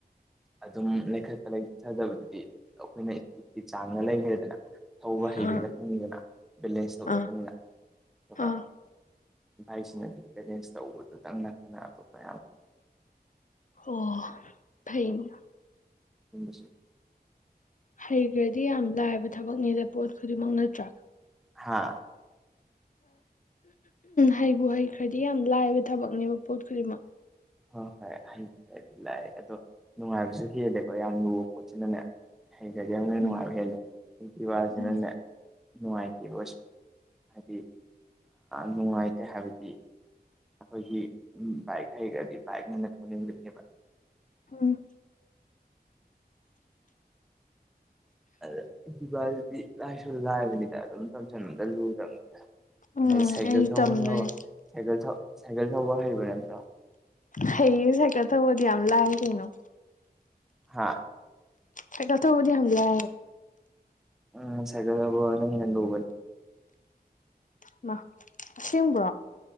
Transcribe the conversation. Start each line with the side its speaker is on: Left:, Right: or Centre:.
Centre: ꯑꯗꯨꯝ ꯂꯩꯈꯠꯠꯇ ꯂꯩꯊꯗꯕꯗꯨꯗꯤ ꯑꯩꯈꯣꯏꯅ ꯏꯁꯄꯤꯠꯀꯤ ꯆꯥꯡꯅ ꯂꯩꯈ꯭ꯔꯦꯗꯅ ꯊꯧꯕ ꯍꯩꯕ
Left: ꯑꯥ
Centre: ꯅ ꯈꯪꯅꯤꯡꯗꯅ ꯕꯦꯂꯦꯟꯁ ꯇꯧꯕ
Left: ꯑꯥ
Centre: ꯅꯠꯇꯪꯅꯤꯅ ꯑꯗꯨꯒ
Left: ꯑꯥ
Centre: ꯚꯥꯏꯁꯤꯅꯗꯤ ꯄꯦꯔꯦꯟꯁ ꯇꯧꯕꯗꯨꯇꯪꯅ ꯇ ꯀ
Left: ꯑꯣ ꯐꯩꯅꯦ
Centre: ꯎꯝ
Left: ꯍꯩꯈ꯭ꯔꯗꯤ ꯌꯥꯝ ꯂꯥꯏꯕ ꯊꯕꯛꯅꯦꯗ ꯄꯣꯠ ꯈꯨꯗꯤꯡꯃꯛ ꯅꯠꯇ꯭ꯔꯥ
Centre: ꯍꯥꯥ
Left: ꯍꯩꯕꯨ ꯍꯩꯈ꯭ꯔꯗꯤ ꯌꯥꯝ ꯂꯥꯏꯕ ꯊꯕꯛꯅꯦꯕ ꯄꯣꯠ ꯈꯨꯗꯤꯡꯃꯛ
Centre: ꯍꯣꯏ ꯍꯣꯏ ꯍꯩꯕꯨ ꯐꯩ ꯑꯗꯨꯝ ꯂꯥꯛꯑꯦ ꯑꯗꯣ ꯅꯨꯡꯉꯥꯏꯕꯁꯨ ꯍꯦꯜꯂꯦꯀꯣ ꯌꯥꯝ ꯂꯨꯕ ꯄꯣꯠꯁꯤꯅꯅꯦ ꯑꯩ ꯈ ꯌꯥꯝꯅ ꯅꯨꯡꯉꯥꯏꯕꯦꯦꯜꯂꯦ
Left: ꯎꯝ
Centre: ꯋꯥꯁꯤꯦ
Left: ꯎꯝ
Centre: ꯅꯟꯅ ꯅꯨꯡꯉꯥꯏꯇꯦ ꯑꯣꯏꯁꯨ ꯍꯥꯏꯗꯤ ꯅꯨꯡꯉꯥꯏꯇꯦ ꯍꯥꯏꯕꯗꯤ ꯑꯩꯈꯣꯏꯒꯤ ꯕꯥꯏꯛ ꯍꯥꯏꯩꯈ꯭ꯔꯗꯤ ꯕꯥꯏꯛꯅꯦꯅ ꯊꯧꯅꯤꯡꯕꯅꯦꯕ
Left: ꯎꯝ
Centre: ꯑꯗ ꯏꯚꯗꯨꯗꯤ ꯂꯥꯏꯁꯨ ꯂꯥꯏꯕꯅꯤꯅ ꯑꯗꯨꯝ ꯇꯝꯁꯟ ꯑꯝꯇ ꯂꯨꯗꯕꯅꯦꯠꯇꯦ
Left: ꯎꯝ
Centre: ꯁꯥꯏꯀꯜ
Left: ꯑꯩꯁꯨ
Centre: ꯊꯧꯕꯅ
Left: ꯇꯝꯗꯣꯏꯅꯦ
Centre: ꯁꯥꯏꯀ ꯁꯥꯏꯀꯜ ꯊꯧꯕ ꯍꯩꯕ ꯅꯠꯇ꯭ꯔꯣ
Left: ꯍꯩꯁꯦ ꯀ ꯊꯧꯕꯗꯤ ꯌꯥꯝ ꯂꯥꯛꯑꯦ ꯀꯩꯅꯣ
Centre: ꯍꯥ
Left: ꯍꯀ ꯊ ꯍꯕꯗꯤ ꯍ ꯌꯥ
Centre: ꯎꯝ ꯆꯒꯗꯕꯨ ꯍꯣꯕꯜ
Left: ꯏꯃꯥ ꯑꯥꯁꯦꯡꯕ꯭ꯔꯣ